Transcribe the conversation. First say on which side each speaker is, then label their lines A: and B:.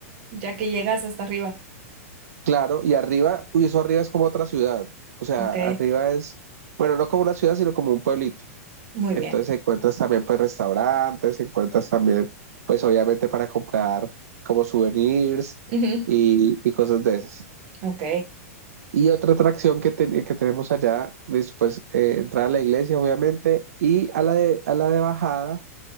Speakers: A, on the right (about 35°); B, on the right (about 75°).
A: ya que llegas hasta arriba.
B: Claro, y arriba, uy, eso arriba es como otra ciudad. O sea,
A: Ok,
B: arriba es, bueno, no como una ciudad, sino como un pueblito.
A: muy
B: Entonces
A: bien.
B: encuentras también pues restaurantes, encuentras también pues obviamente para comprar como souvenirs
A: Ujú,
B: y, y cosas de esas.
A: Ok,
B: Y otra atracción que, ten- que tenemos allá, listo, pues eh, entrar a la iglesia obviamente y a la de, a la de bajada,